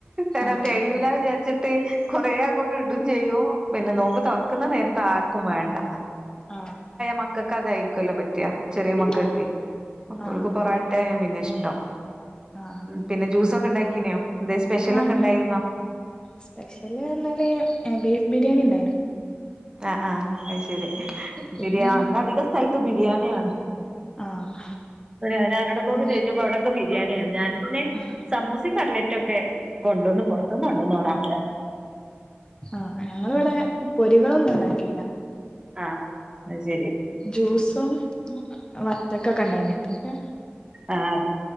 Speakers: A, on the right; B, on the left.
A: എന്നെ
B: ആഹ്
A: തേ്യൂല വിചാരിച്ചിട്ട് കൊറെേ ആക്കോട്ട് ഇടും ചെയ്യോ പിന്നെ നോമ്പ് തുറക്കുന്ന നേര ആർക്കും വേണ്ട
B: ആഹ
A: മക്കൾക്ക അതായിരിക്കല്ലോ പറ്റിയ ചെറിയ മക്കൾക്കെ
B: ആഹ് ആഹ് ആഹ്
A: ഒഴക്ക് പൊറാട്ട പിന്നെ ഇഷ്ടം
B: ആഹ്
A: പിന്നെ ജ്യൂസൊക്കെ ഉണ്ടാക്കീനെയോ എന്ത സ്പെഷ്യലൊക്കെ
B: ആഹ്
A: ഉണ്ടായിരുന്നോ
B: സ്പെഷ്യല് പറഞ്ഞാല് ബീഫ് ബിരിയാണി ഉണ്ടായിനോ
A: ആഹ ആഹ <unintelligible> അ ശരി
B: പിന്നെ
A: ബിരിയാ അധിക സ്ഥലത്ത് ബിരിയാണിയാണ്
B: ആഹ്
A: ഞൻ ആരടക്കുംൊക്കെ
B: പിന്നെ
A: ചോയിിച്ചപ്പോ അവിടൊക്കെ ബിരിയാണിയാണ് ഞാന് പിന്നെ
B: ആ
A: സമോസയും കടലേ ക്കെ കൊണ്ടുവന്ന് പുറത്തുനിന്ന് കൊണ്ടോന്ന്ോണോ
B: ആഹ ഞങ്ങളിവിടെ പൊരികളൊന്നും ഉണ്ടാക്കിില്ല
A: ആഹ് അത് ശരി
B: ജ്യൂസും വത്തക്കെ കണ്ടന അക്കേ
A: ആഹ